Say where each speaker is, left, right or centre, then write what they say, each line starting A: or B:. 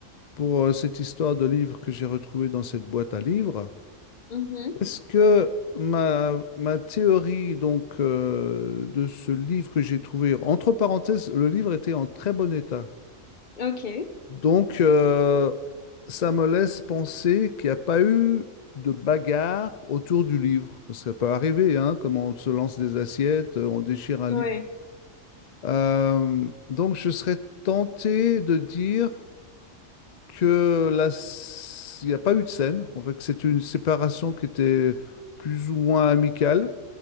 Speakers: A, on the left (about 60°); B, on the left (about 40°).
A: pour euh, cette histoire de livre que j'ai retrouvée dans cette boîte à livres,
B: Mhm.
A: est-ce que ma, ma théorie donc euh, de ce livre que j'ai trouvé, entre parenthèses, le livre était en très bon état.
B: Ok.
A: Donc euh, ça me laisse penser qu'il n'y a pas eu de bagarre autour du livre. Parce que ça peut arriver, hein, comme on se lance des assiettes, on déchire un
B: Ouais.
A: livre. Euh, donc, je serais tenté de dire que la... s- il n'y a pas eu de scène. En fait, que c'est une séparation qui était plus ou moins amicale,